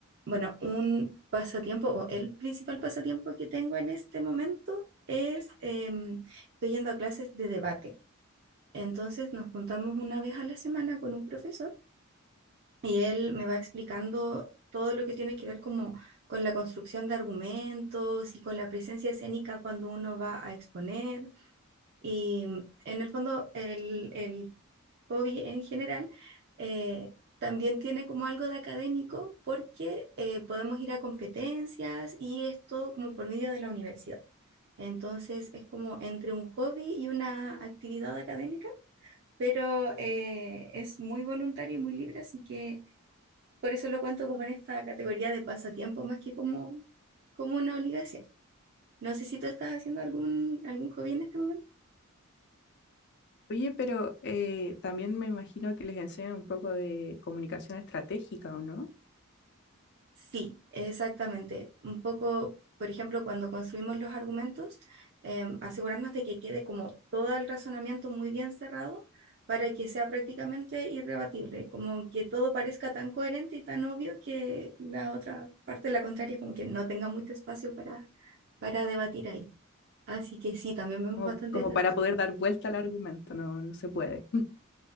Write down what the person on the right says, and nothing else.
Bueno, un pasatiempo o el principal pasatiempo que tengo en este momento es, em, estoy yendo a clases de debate. Entonces nos juntamos una vez a la semana con un profesor y él me va explicando todo lo que tiene que ver como con la construcción de argumentos y con la presencia escénica cuando uno va a exponer. Y mm, en el fondo, el, el hobby en general eh, también tiene como algo de académico porque eh, podemos ir a competencias y esto como por medio de la universidad. Entonces es como entre un hobby y una actividad académica, pero eh, es muy voluntario y muy libre, así que por eso lo cuento como en esta categoría de pasatiempo más que como, como una obligación. No sé si tú estás haciendo algún, algún hobby en este momento.
Sí, exactamente. Un poco, por ejemplo, cuando construimos los argumentos, em, asegurarnos de que quede como todo el razonamiento muy bien cerrado para que sea prácticamente irrebatible, como que todo parezca tan coherente y tan obvio que la otra parte, la contraria, como que no tenga mucho espacio para, para debatir ahí. Así que sí, también vemos
bastante
estrategia.